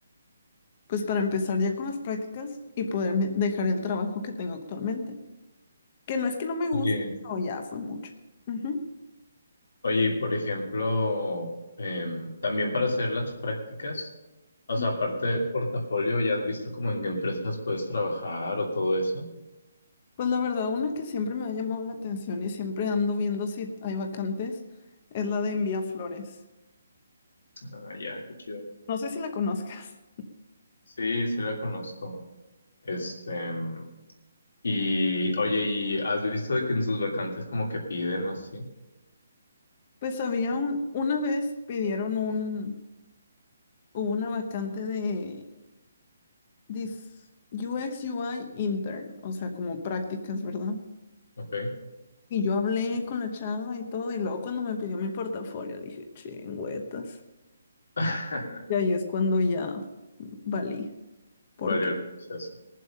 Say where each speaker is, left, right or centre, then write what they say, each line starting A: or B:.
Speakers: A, on the left; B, on the left.
A: pues para empezar ya con las prácticas y poderme dejar el trabajo que tengo actualmente, que no es que no me guste,
B: Oye,
A: pero ya fue mucho. Ujú.
B: oye, y por ejemplo, em, también para hacer las prácticas, o sea,
A: Mm,
B: aparte del portafolio, ¿ya has visto como en qué empresas puedes trabajar o todo eso?
A: Pues la verdad, una que siempre me ha llamado la atención y siempre ando viendo si hay vacantes es la de envía flores.
B: Ah, ya, qué chido.
A: No sé si la conozcas.
B: Sí, sí la conozco. Este, em, y oye, ¿y has visto de que en sus vacantes como que piden o así?
A: Pues había un, una vez pidieron un, hubo una vacante de Dice UX UI intern, o sea, como prácticas, ¿verdad?
B: Ok.
A: Y yo hablé con la chava y todo, y luego cuando me pidió mi portafolio dije, chingüetas.
B: <laughs>
A: Y ahí es cuando ya valí, porque
B: Valió el proceso.